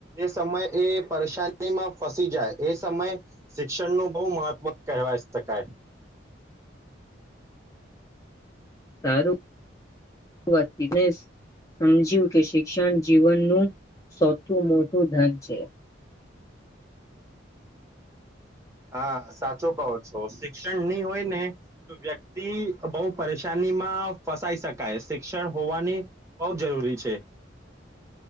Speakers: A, on the right (about 15°); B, on the left (about 15°).
A: એ સમય એ પરેશાનીમાં ફસી જાય એ સમય શિક્ષણનું બહુ મહત્વ કહેવાય શકાય.
B: સારું <inaudible> સમજ્યું કે શિક્ષણ જીવનનું સતું મોટું ધન છે
A: હા સાચો કહો છો શિક્ષણ ની હોય ને તો વ્યક્તિ બઉ પરેશાનીમાં ફસાઈ શકાય શિક્ષણ હોવાની બઉ જરૂરી છે.